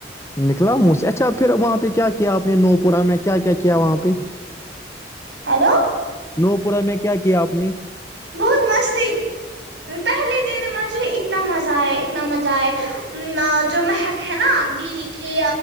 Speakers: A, on the left; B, on the right.
A: نکلا م سے اچھا پھر وہاں پہ کیا کیا آپ نے نو پورہ میں کیا کیا کیا وہاں پہ
B: ہیلو
A: نو پورہ میں کیا کیا آپ نے
B: بہت مز پہلے دن مجھے اتنا مزہ آئے اتنا مزہ آ جو مہک ہے نا دیدی کی